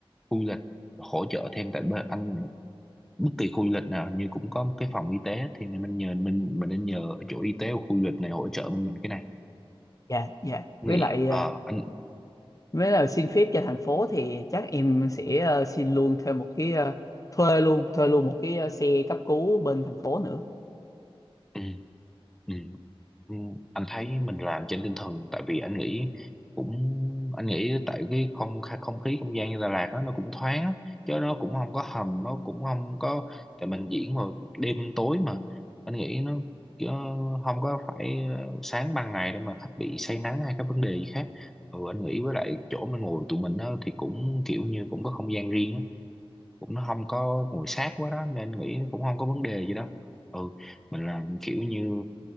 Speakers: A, in the centre; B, on the left.
A: khu du lịch hỗ trợ thêm tại bên anh bất kỳ khu du lịch nào hình như cũng có một cái phòng y tế thì nên mình nhờ mình mình nên nhờ chỗ y tế của khu du lịch này hỗ trợ bên mình cái này
B: dạ dạ
A: Anh
B: với
A: nghĩ
B: lại
A: ờ
B: ờ,
A: anh
B: với lại xin phép cho thành phố thì chắc em sẽ ờ, xin luôn thêm một cái ờ, thuê luôn thuê luôn một cái ờ, xe cấp cứu bên thành phố nữa
A: ừ, ừ. Ừ, anh thấy mình làm trên tinh thần tại vì anh nghĩ cũng anh nghĩ tại cái không kha- không khí không gian như Đà Lạt đó, nó cũng thoáng á, chứ nó cũng không có hầm nó cũng không có tại mình diễn vào đêm tối mà anh nghĩ nó chứ không có phải sáng ban ngày để mà khách bị say nắng hay các vấn đề gì khác ừ anh nghĩ với lại chỗ mình ngồi tụi mình á, thì cũng kiểu như cũng có không gian riêng á cũng nó không có nguội sát quá đó nên nghĩ cũng không có vấn đề gì đâu ừ mình làm kiểu như